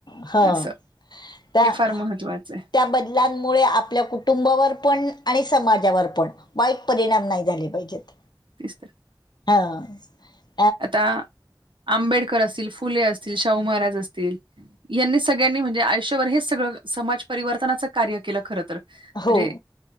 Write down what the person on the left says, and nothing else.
हा
त्या
त्या
बदलांमुळे आपल्या कुटुंबावर पण आणि समाजावर पण वाईट परिणाम नाही झाले पाहिजेत
हा
हो